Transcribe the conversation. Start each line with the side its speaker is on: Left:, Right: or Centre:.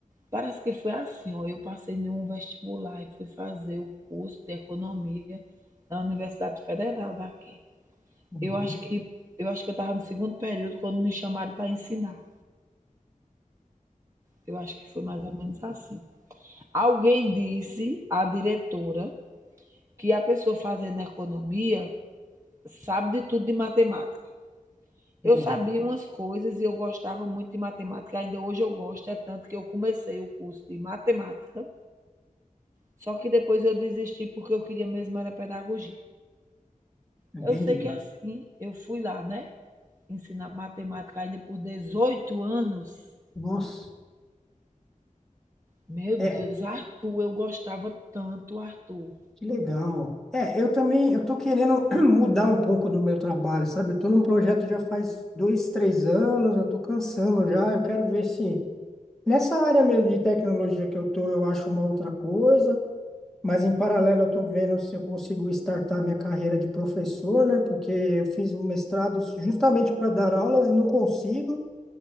Right: Parece que foi assim, ó, eu passei em um vestibular e fui fazer o curso de economia na Universidade Federal daqui.
Centre: uhum.
Right: Eu acho que eu acho que eu estava no segundo período quando me chamaram para ensinar. Eu acho que foi mais ou menos assim. Alguém disse à diretora que a pessoa fazendo economia sabe de tudo de matemática.
Centre: Sim,
Right: Eu sabia umas coisas e eu gostava muito de matemática, ainda hoje eu gosto, é tanto que eu comecei o curso de matemática Só que depois eu desisti porque eu queria mesmo era pedagogia.
Centre: entendi.
Right: Eu sei que é assim, eu fui lá, né, ensinar matemática ainda por 18 anos.
Centre: Nossa,
Right: Meu
Centre: é,
Right: Deus, Arthur, eu gostava tanto, Arthur.
Centre: que legal. É, eu também, eu tô querendo <clears throat> mudar um pouco do meu trabalho, sabe? Eu tô num projeto já faz dois, três anos, eu tô cansando já, eu quero ver se Nessa área mesmo de tecnologia que eu tô, eu acho uma outra coisa, mas em paralelo eu tô vendo se eu consigo startar minha carreira de professor, né? Porque eu fiz um mestrado justamente para dar aulas e não consigo.